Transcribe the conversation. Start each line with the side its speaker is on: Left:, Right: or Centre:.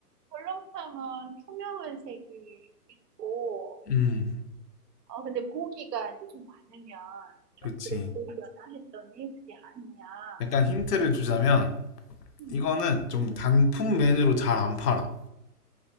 Right: 설렁탕은 투명한 색이 있고,
Left: 음,
Right: 어, 근데 고기가 이제 좀 많으면 좀
Left: 그치.
Right: 그래 보이려나 했더니 그게 아니야.
Left: 약간 힌트를 주자면
Right: 음,
Left: 이거는 좀 단품 메뉴로 잘 안 팔아.